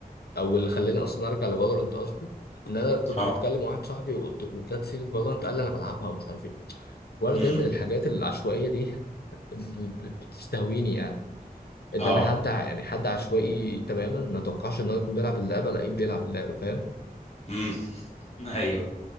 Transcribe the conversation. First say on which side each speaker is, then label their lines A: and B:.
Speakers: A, on the left; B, on the left.
A: او اللي خلاني اصلا ارجع لفالورانت قصدي ان انا كنت
B: اه
A: بتكلم مع واحد صاحبي وقلت- وجت سيره فالورانت قال لي انا بلعبها ومش عارف ايه وانا
B: مم.
A: دايما الحاجات العشوائيه دي ب- ب- بتستهويني يعني ادانا
B: اه
A: حد ع- يعني حد عشوائي تماما ما توقعش ان هو يكون بيلعب اللعبه لقيه بيلعب اللعبه فاهم
B: مم. <laughs> ايوه